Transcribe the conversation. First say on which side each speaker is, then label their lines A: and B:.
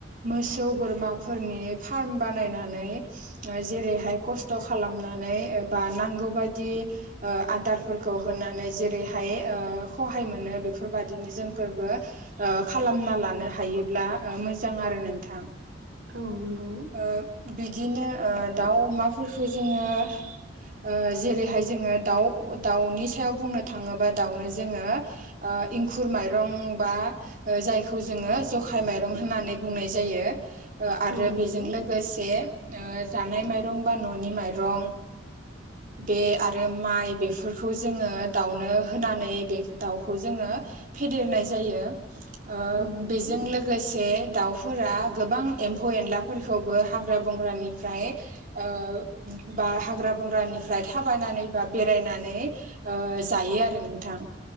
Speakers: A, on the right; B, on the right.
A: मोसौ बोरमा फोरनि फार्म बानायनानै जेरैहाय खस्थ' खालामनानै बा नांगौ बादि आदारफोरखौ होनानै जेरैहाय सहाय मोनो बेफोरबायादिनो जोंफोरबो ओ खालामना लानो हायोब्ला मोजां आरो नोंथां।
B: औ नंगौ।
A: ओ बिदिनो दाउ अमाफोरखौ जोंङो ओ जेरैहाय जोङो दाउ दाउनि सायाव बुंनो थाङोबा दाउनो जोंङो इंखुर माइरं बा जायखौ जोङो जखाय माइरं होननानै बुंनाय जायो आरो
B: औ नंगौ
A: बेजों लोगोसे जानाय माइरं बा न'नि माइरं बे आरो माइ बेफोरखौ जोङो दाउनो होनानै बे दाउखौ जोङो फेदेरनाय जायो ओ
B: औ नंगौ
A: बेजों लोगोसे दाउफोरा गोबां एम्फौ एनलाफोरखौबो हाग्रा बंग्रानिफ्राय ओ बा हाग्रा बंग्रानिफ्राय थाबायनानै बा बेरायनानै ओ जायो आरो नोंथां